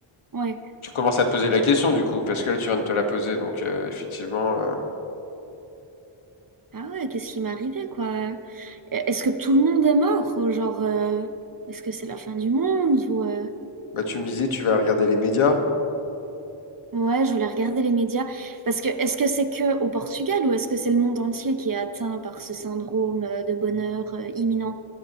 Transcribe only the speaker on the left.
tu commences à te poser la question, du coup, parce que là, tu viens de te la poser, donc euh, effectivement, euh,
bah tu me disais, tu vas regarder les médias.